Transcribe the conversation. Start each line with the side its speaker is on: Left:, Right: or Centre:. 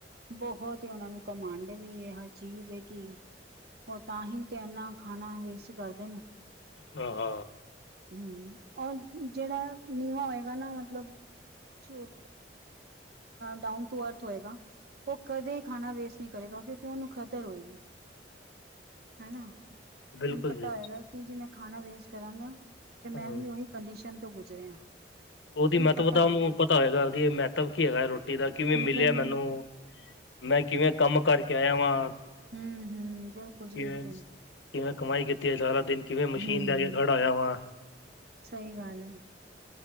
Right: ਬਹੁੱਤ ਹੀ ਉਹਨਾਂ ਨੂੰ ਘੰਮਡ ਵੀ ਇਹ ਹ ਚੀਜ਼ ਕਿ ਉਹ ਤਾਂ ਹੀ ਤੇ ਇਨਾ ਖਾਣਾ ਵੇਸਟ ਕਰਦੇ ਨੇ
Left: ਹਹ ਹ
Right: ਹਮ ਔਰ ਜਿਹੜਾ ਨੀਵਾਂ ਹੋਏਗਾ ਨਾ ਮੱਤਲਬ ਚ ਡਾਊਨ ਟੂ ਅਰਥ ਹੋਏਗਾ ਉਹ ਕਦੇ ਖਾਣਾ ਵੇਸਟ ਨਹੀਂ ਕਰੇਗਾ ਕਿਉਂਕਿ ਉਹਨੂੰ ਕਦਰ ਹੋਏਗੀ ਹਨਾ
Left: ਬਿਲਕੁਲ
Right: ਉਹਨੂੰ ਪਤਾ
Left: ਜੀ
Right: ਹੋਏਗਾ ਕਿ ਜੀ ਮੈਂ ਖਾਣਾ ਵੇਸਟ ਕਰਾਂਗਾ ਤੇ ਮੈਂ
Left: ਹਾਂ
Right: ਵੀ ਉਹੀ ਕੰਡੀਸ਼ਨ ਤੋਂ ਗੁਜ਼ਰਿਆ
Left: ਉਹਦੀ
Right: ਮੈਨੂੰ
Left: ਮਹੱਤਵਤਾ
Right: ਪਤਾ ਹੋਏਗਾ
Left: ਉਹਨੂੰ ਪਤਾ ਹੈਗਾ ਮਹਤਵ ਕੀ ਹੈਗਾ ਰੋਟੀ ਦਾ ਕਿਵੇਂ ਮਿਲਿਆ
Right: ਬਿਲ ਹਮ
Left: ਮੈਨੂੰ ਮੈਂ ਕਿਵੇਂ ਕੰਮ ਕਰਕੇ ਆਇ ਵਾਂ
Right: ਹਮ ਬਿਲਕੁਲ ਜੀ
Left: ਕਿਵੇਂ
Right: ਬਿਲਕੁਲ
Left: ਕਿਵੇਂ ਕਮਾਈ ਕੀਤੀ ਹੈ ਸਾਰਾ ਦਿਨ ਕਿਵੇਂ ਮਸ਼ੀਨ
Right: ਹਮ
Left: ਦੇ ਆ ਕੇ ਖੜੜ ਹੋਇਆ ਵਾ
Right: ਸਹੀ ਗੱਲ ਹੈ